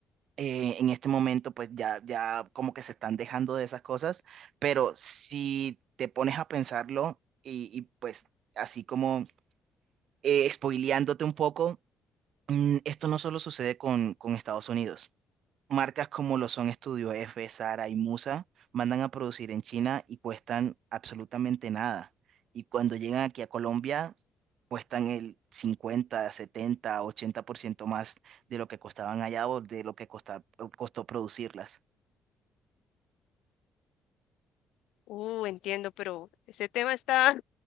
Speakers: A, on the right; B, on the left.
A: eh, en este momento, pues ya, ya como que se están dejando de esas cosas. Pero si te pones a pensarlo y, y, pues así como eh, spoileándote un poco, mm, esto no solo sucede con, con Estados Unidos. Marcas como lo son Estudio F, Zara y Musa mandan a producir en China y cuestan absolutamente nada. Y cuando llegan aquí a Colombia, cuestan el cincuenta setenta ochenta por ciento más de lo que costaban allá o de lo que costa- costó producirlas.
B: Uh, entiendo, pero ese tema está,